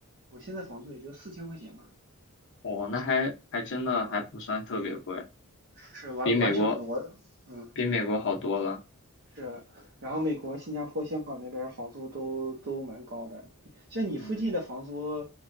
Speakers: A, on the right; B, on the left.
A: 我现在房租也就四千块钱吧。
B: 哦，那还还真的还不算特别贵，
A: 啊，啊，嗯是完完全不同，
B: 比美国
A: 我嗯
B: 比美国好多了。
A: 是，然后美国、新加坡、香港那边房租都都蛮高的，像你附近的房租，
B: 嗯。